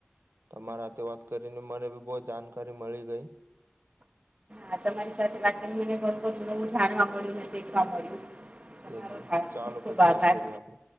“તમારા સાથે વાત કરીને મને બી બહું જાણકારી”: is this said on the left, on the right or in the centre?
Right